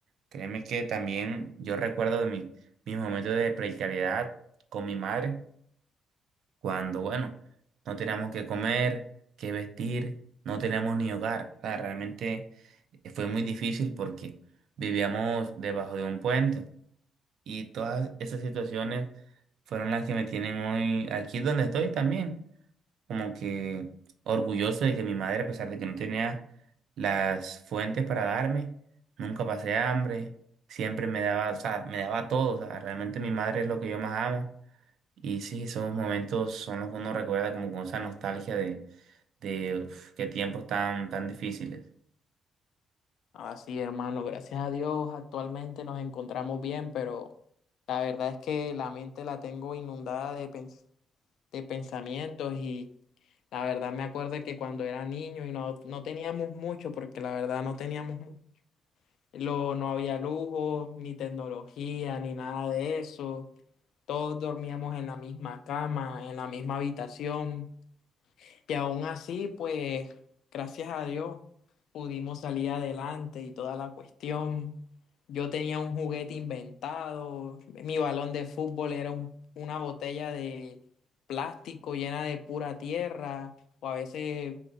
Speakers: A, on the right; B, on the left.
A: Créeme que también yo recuerdo de mi, mis momentos de precariedad con mi madre, cuando, bueno, no teníamos que comer, que vestir, no teníamos ni hogar. O sea, realmente eh, fue muy difícil porque vivíamos debajo de un puente y todas esas situaciones fueron las que me tienen hoy aquí donde estoy también como que orgulloso de que mi madre, a pesar de que no tenía las fuentes para darme, nunca pasé hambre, siempre me daba, o sea, me daba todo, o sea, realmente mi madre es lo que yo más amo. Y sí, esos momentos son los que uno recuerda como con esa nostalgia de, de uf, qué tiempos tan, tan difíciles.
B: Así, hermano, gracias a Dios, actualmente nos encontramos bien, pero la verdad es que la mente la tengo inundada de, pens- de pensamientos y la verdad me acuerdo que cuando era niño y no, no teníamos mucho, porque la verdad no teníamos, mu- lo, no había lujo, ni tecnología, ni nada de eso. Todos dormíamos en la misma cama, en la misma habitación. Y aún así, pues, gracias a Dios, pudimos salir adelante y toda la cuestión. Yo tenía un juguete inventado, mi balón de fútbol era un- una botella de plástico llena de pura tierra, o a veces